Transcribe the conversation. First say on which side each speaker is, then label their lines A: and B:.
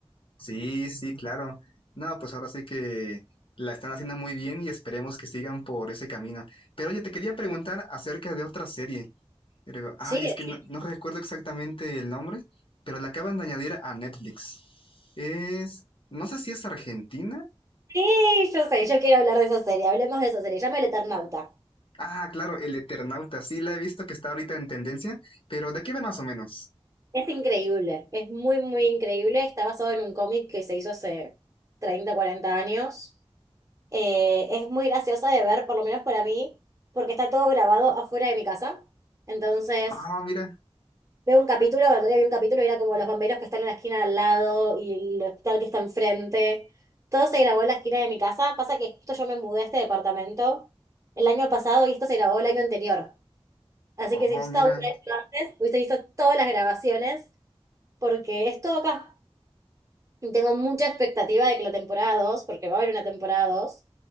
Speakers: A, on the left (about 55°); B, on the right (about 30°).
A: Sí, sí, claro. No, pues ahora sí que la están haciendo muy bien y esperemos que sigan por ese camino. Pero oye, te quería preguntar acerca de otra serie. Pero, ay,
B: Sí,
A: es que no,
B: sí,
A: no recuerdo exactamente el nombre, pero la acaban de añadir a Netflix. Es, no sé si es Argentina.
B: sí, yo sé, yo quiero hablar de esa serie, hablemos de esa serie, llama El Eternauta.
A: Ah, claro, El Eternauta. Sí, la he visto que está ahorita en tendencia, pero ¿de qué ve más o menos?
B: Es increíble, es muy, muy increíble. Está basado en un cómic que se hizo hace 30 40 años. Eh, es muy graciosa de ver, por lo menos para mí, porque está todo grabado afuera de mi casa. Entonces,
A: Ah, mira.
B: veo un capítulo, el otro día vi un capítulo y era como los bomberos que están en la esquina al lado y el hospital que está enfrente. Todo se grabó en la esquina de mi casa. Pasa que justo yo me mudé a este departamento el año pasado y esto se grabó el año anterior. Así
A: Oh,
B: que si hubiese estado
A: mira.
B: un antes, hubiese visto todas las grabaciones porque es todo acá. Y Tengo mucha expectativa de que la temporada dos porque va a haber una temporada dos